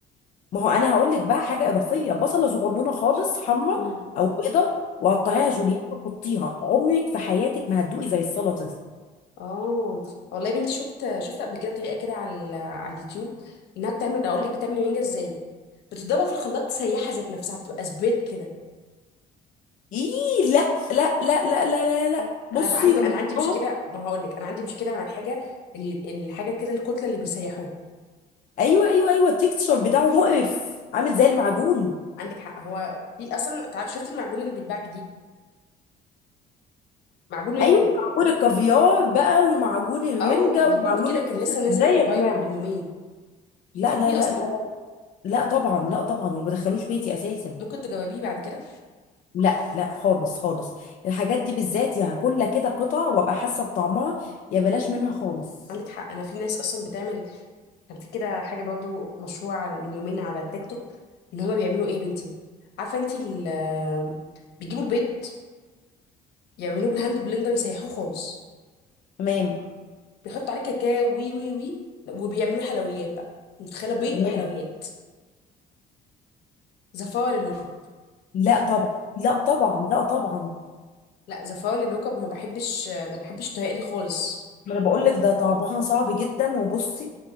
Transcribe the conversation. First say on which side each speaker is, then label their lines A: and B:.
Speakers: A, on the left; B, on the left.
A: ما هو انا هقول لك بقى حاجه اضافيه بصله صغنونه خالص حمراء
B: مم.
A: او بيضه وقطعيها
B: مم.
A: جوليان وحطيها عمرك في حياتك ما هتدوقي زي السلطه دي
B: اه والله يا بنتي شفت شفت قبل كده طريقه كده على ال- على اليوتيوب انها بتعمل اقول لك بتعمل المانجا ازاي بتضربها في الخلاط سيحه ذات نفسها بتبقى سبريد كده
A: ايه لا لا لا لا لا لا, لا. بصي
B: انا بقى عندي
A: جربتها
B: انا عندي مشكله ما هقول لك انا عندي مشكله مع الحاجه اللي الحاجه كده الكتله اللي بيسيحوها
A: ايوه ايوه ايوه التكتشر بتاعه مقرف عامل زي المعجون
B: عندك حق هو في اصلا تع- شفتي المعجون اللي بيتباع جديد معجون مانجا
A: ايوه معجون الكافيار بقى ومعجون الرنجه
B: اه جديد
A: ومعجون
B: كده
A: الفسيخ
B: كان لسه نازل
A: ازاي يا جماعه
B: فايرال من يومين
A: لا
B: تحبيه
A: لا لا
B: اصلا
A: لا لا لا طبعا لا طبعا ما بدخلوش بيتي اساسا
B: ممكن تجربيه بعد كده
A: لا لا خالص خالص الحاجات دي بالذات يا هاكلها كده قطع وابقى حاسه بطعمها يا بلاش منها خالص
B: عندك حق انا في ناس اصلا بتعمل كان في كده حاجه برضو مشهوره على- من يومين على التيك توك ان هما بيعملوا ايه يا بنتي عارفه انتي ال- بيجيبوا البيض يعملوه بالهاند بلندر يسيحوه خالص
A: تمام
B: بيحطوا عليه كاكاو وي وي وي وبيعملوه حلويات بقى متخيله بيض
A: تمام
B: بحلويات زفاره للوكب
A: لا طبعا لا طبعا لا طبعا
B: لا زفاره للوكب ما بحبش ما بحبش الطريقه دي خالص
A: ما انا بقول
B: يعني
A: لك ده طعمها صعب جدا وبصي